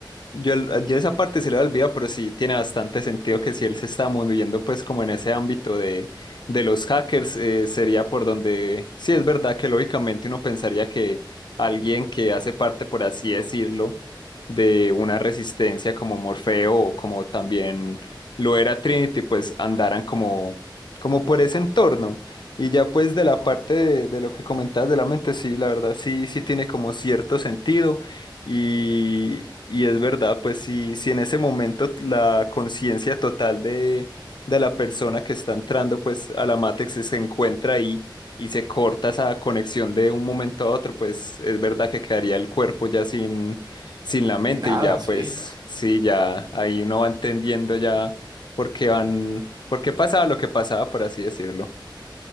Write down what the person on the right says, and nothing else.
Y nada,
sí.